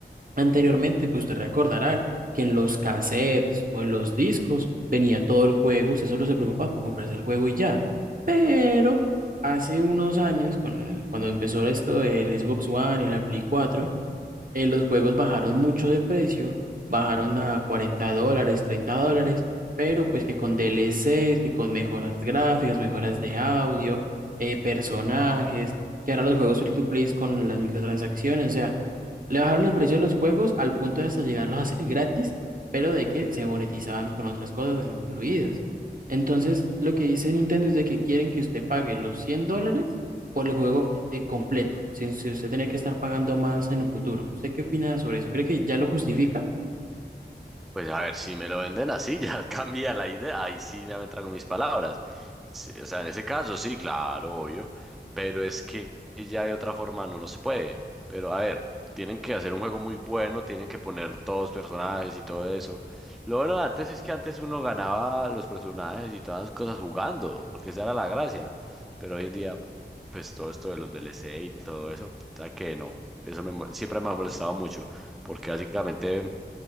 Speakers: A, on the right; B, in the centre.
A: Anteriormente, pues usted recordará que en los cassettes o en los discos venía todo el juego, usted solo se preocupaba por comprarse el juego y ya. Pero hace unos años, con- cuando empezó esto del Xbox One y la Play 4, eh, los juegos bajaron mucho de precio, bajaron a 40 dólares, 30 dólares, pero pues que con DLCs, que con mejoras gráficas, mejoras de audio, eh, personajes, que ahora los juegos free to play con las microtransacciones, o sea le bajaron el precio de los juegos al punto de hasta llegarlos a hacer gratis, pero de que se monetizaban con otras cosas incluidas. Entonces, lo que dice Nintendo es de que quieren que usted pague los 100 dólares por el juego eh, completo, sin sin usted tener que estar pagando más en el futuro. ¿Usted qué opina sobre eso? ¿Cree que ya lo justifica?
B: Pues a ver, si me lo venden así, <laughs> ya cambia la idea. Ahí sí ya me trago mis palabras. Sí, o sea, en ese caso sí, claro, obvio. Pero es que ya de otra forma no, no se puede. Pero a ver, tienen que hacer un juego muy bueno, tienen que poner todos personajes y todo eso. Lo bueno de antes es que antes uno ganaba los personajes y todas las cosas jugando, porque esa era la gracia. Pero hoy en día, pues todo esto de los DLC y todo eso, ¿sabes que no, eso me, mo- siempre me ha molestado mucho, porque básicamente.